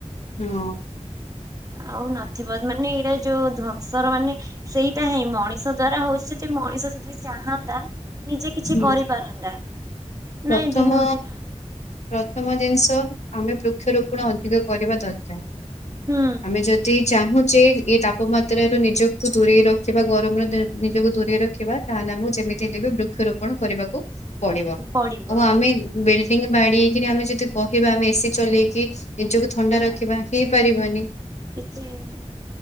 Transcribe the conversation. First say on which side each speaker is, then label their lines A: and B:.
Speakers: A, on the left; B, on the right.
A: ହଁ
B: ଆଉ ନଥିବ ମାନେ ଏଇରା ଯୋଉ ଧ୍ୱଂସର ମାନେ ସେଇଟା ହାଇଁ ମଣିଷ ଦ୍ଵାରା ହଉଛି ଯଦି ମଣିଷ ଯଦି ଚାହାନ୍ତା। ନିଜେ କିଛି
A: ହୁଁ
B: କରିପାରନ୍ତା।
A: ପ୍ରଥମ
B: ନାଇଁ ଦିନକୁ ଦିନ
A: ପ୍ରଥମ ଜିନିଷ ଆମେ ବୃକ୍ଷରୋପଣ ଅଧିକ କରିବା ଦରକାର୍।
B: ହୁଁ
A: ଆମେ ଯଦି ଚାହୁଁଛେ ଏ ତାପମାତ୍ର ରୁ ନିଜକୁ ଦୂରେଇ ରଖିବା ଗରମ ର ନିଜକୁ ଦୂରେଇ ରଖିବା। ତାହେଲେ ଆମକୁ ଯେମିତି ହେଲେବି ବୃକ୍ଷରୋପଣ କରିବାକୁ ପଡ଼ିବ।
B: ପଡିବ
A: ଆଉ ଆମେ ବିଲ୍ଡିଂ ବାଡ଼େଇକିରି ଆମେ ଯଦି କହିବା ଆମେ ଏସି ଚଲେଇକି ନିଜକୁ ଥଣ୍ଡା
B: ସେଇଆ
A: ରଖିବା ହେଇପାରିବାନି
B: କିଛି ହେଇନି